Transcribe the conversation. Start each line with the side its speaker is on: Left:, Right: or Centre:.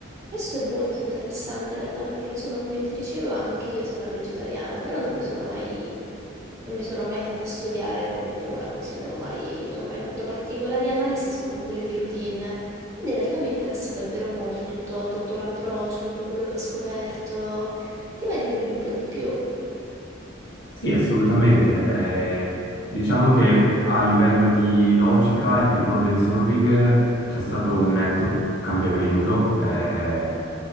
Right: Questo è molto interessante in realtà perché insomma come ti dicevo anche io sono vegetariana, però non mi sono mai, non mi sono mai fatta studiare, ecco, mettiamola così, non ho mai, non ho mai fatto particolari analisi se non quelle di routine. Quindi in realtà mi interessa davvero molto tutto, tutto l'approccio, tutto quello che hai scoperto. Ti va di dirmi un po' di più?
Left: Sì, assolutamente. Eh, diciamo che a livello di logica e di problem solving eh, c'è stato un netto cambiamento. eh,